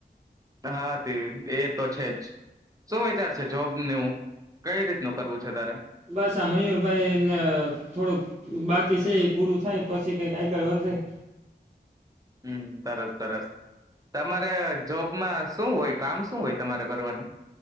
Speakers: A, on the right; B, on the right.
A: હા તે તો છે જ. શું વિચાર છે? જોબ <unintelligible> કઈ રીત નું કરવું? છે તારે
B: બસ આ મયુરભાઈને થોડુંક બાકી છે. એ પૂરું થાય પછી કંઈક આગળ વધાય.
A: હમ સરસ સરસ તમારે જોબમાં શું હોય કામ શું હોય તમારે કરવાનું